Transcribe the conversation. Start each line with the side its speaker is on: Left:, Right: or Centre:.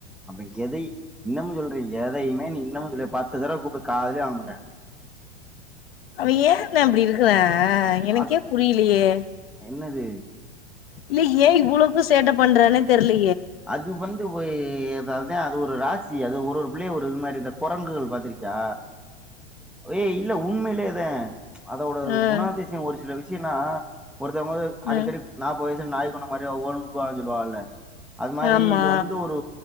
Centre: அவ எதை இன்னமு சொல்றே எதையுமே நீ இன்னமு சொல்ற பத்து தடவ கூப்டு காதுலயே வாங்க மாட்டா
Left: அவ ஏண்ணா அப்டி இருக்கறா ஆ எனக்கே
Centre: அத்-
Left: புரியிலயே
Centre: என்னது
Left: இல்ல ஏ இவ்ளக்கு சேட்ட பண்றான்னே தெர்ல
Centre: அது வந் து போய் அது அதா அது ஒரு ராசி அது ஒரு ஒரு பிள்ளைக ஒரு இது மாரி இந்த கொரங்குகள் பாத்திருக்கியா ஏய் இல்ல உண்மை லயேதா அதோட
Left: ம்
Centre: குணாதிசியோ ஒரு சில வி ஷியன்னா ஒருத்தவங்க வந்து அடிக்கடி
Left: ம்
Centre: நாப்பது வய சுல நாய் குணோ மாரி ஒவ்வொன்னு இருப்பாகன்னு சொல்லுவாகல்ல அது மாரி
Left: ஆமா
Centre: இது வந்து ஒரு